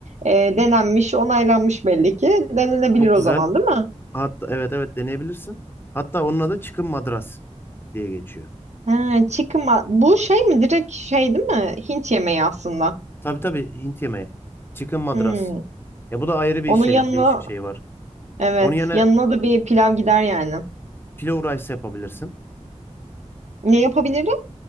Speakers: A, on the right (about 70°); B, on the left (about 20°).
A: Ee, denenmiş, onaylanmış belli ki. Denenebilir
B: Çok
A: o
B: güzel.
A: zaman değil mi?
B: Hatta evet evet deneyebilirsin. Hatta onun adı çıkın madras diye geçiyor.
A: Ha, chicken bu şey mi? Direkt şey değil mi? Hint yemeği aslında.
B: Tabii tabii Hint yemeği. Chicken madras.
A: Hmm.
B: Ya bu da ayrı bir
A: Onun
B: şey,
A: yanına
B: değişik şey var.
A: Evet.
B: Onun yerine
A: Yanına da bir pilav gider yani.
B: pilau rice yapabilirsin.
A: Ne yapabilirim?